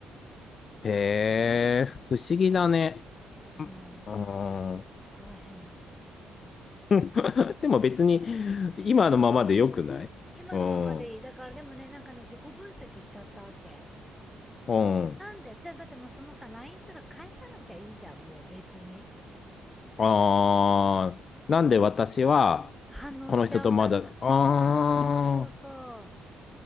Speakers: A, on the left (about 45°); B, in the centre.
A: へえ、不思議だね。
B: うん
A: うん。
B: すごい変な子
A: <laughs> でも別に、今のままでよくないうん。
B: 今のままでいいだからでもねなんかね自己分析しちゃったわけ
A: うん。
B: なんでじゃあだってもうそのさ LINE すら返さなきゃいいじゃんもう別に
A: ああ、なんで私は、
B: 反応しちゃうんだろうだそうそうそうそう
A: この人とまだ、あ